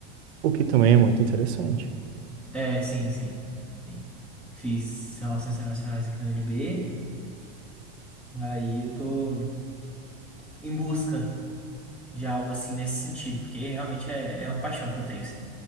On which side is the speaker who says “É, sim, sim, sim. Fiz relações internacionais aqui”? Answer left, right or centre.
Centre